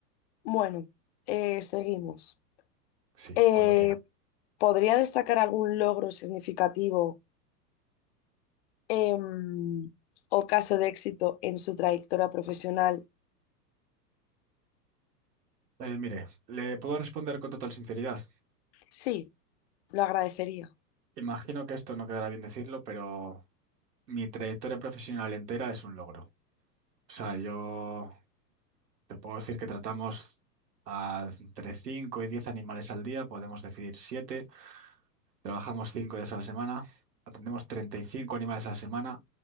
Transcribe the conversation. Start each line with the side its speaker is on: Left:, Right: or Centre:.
Left: bueno, eh, seguimos.
Right: Sí,
Left: Eh,
Right: cuando quiera.
Left: ¿podría destacar algún logro significativo em, o caso de éxito en su trayectoria profesional?
Right: Eh, mire, le puedo responder con total sinceridad.
Left: Sí, lo agradecería.
Right: Imagino que esto no quedará bien decirlo, pero mi trayectoria profesional entera es un logro. O sea, yo te puedo decir que tratamos a entre 5 y 10 animales al día, podemos decir 7. trabajamos 5 días a la semana, atendemos 35 animales a la semana,